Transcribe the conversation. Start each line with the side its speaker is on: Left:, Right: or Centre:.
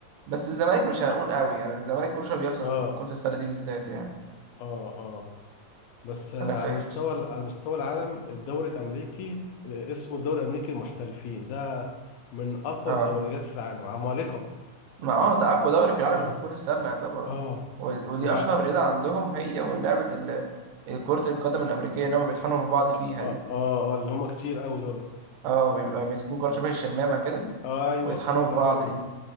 Right: بس الزمالك مش هنقول قوي يعني الزمالك كل شويه بيخسر
Left: اه
Right: في كرة السله دي بالذات يعني
Left: اه اه بس آه،
Right: انا فاكر
Left: على مستوى على مستوى العالم الدوري الامريكي آه، اسمه الدوري الامريكي المحترفين ده من اقوى
Right: اه
Left: الدوريات في العالم عمالقه
Right: ما اه ده اقوى دوري في العالم
Left: اه
Right: في كرة السلة يعتبر
Left: اه
Right: و- ودي
Left: وبع...
Right: اشهر
Left: اه
Right: رياضة عندهم هي ولعبة ال- كرة القدم الامريكية اللي هم بيطحنوا في بعض فيها
Left: اه, آه,
Right: دي
Left: آه اللي هم كتير قوي دولت
Right: اه بيبقى ماسكين كرة شبه الشمامة كده
Left: ايوه
Right: ويطحنوا
Left: الكرة بتاعتهم
Right: في بعض دي